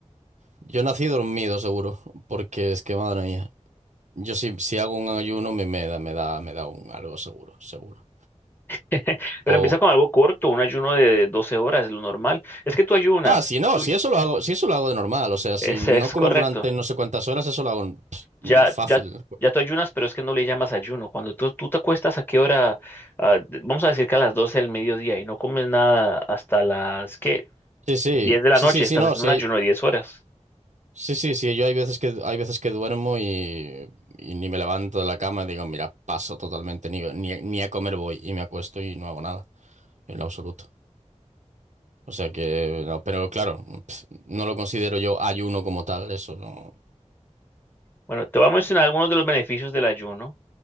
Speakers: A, on the right (about 75°); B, on the left (about 15°).
A: Yo nací dormido, seguro, porque es que madre mía. Yo si, si hago un ayuno me, me da, me da, me da un algo seguro, seguro.
B: <laughs> Pero
A: O.
B: empieza con algo corto, un ayuno de 12 horas, lo normal. Es que tú ayunas,
A: Ah, si no,
B: tú,
A: si eso lo hago, si eso lo hago de normal. O sea, si
B: ese
A: no
B: es
A: comer
B: correcto.
A: durante no sé cuántas horas, eso lo hago pff, mm,
B: Ya,
A: fácil.
B: ya, ya tú ayunas, pero es que no le llamas ayuno. Cuando tú, tú te acuestas, ¿a qué hora? Ah, vamos a decir que a las 12 del mediodía y no comes nada hasta las, ¿qué?
A: Sí, sí,
B: 10 de la
A: sí,
B: noche.
A: sí,
B: Estás
A: sí, no,
B: haciendo
A: sí
B: un
A: hay.
B: ayuno de 10 horas.
A: Sí, sí, sí, yo hay veces que hay veces que duermo y, y ni me levanto de la cama y digo, mira, paso totalmente, ni, ni, ni a comer voy y me acuesto y no hago nada, en lo absoluto. O sea que, no, pero claro, pf, no lo considero yo ayuno como tal, eso no.
B: Bueno, te voy a mencionar algunos de los beneficios del ayuno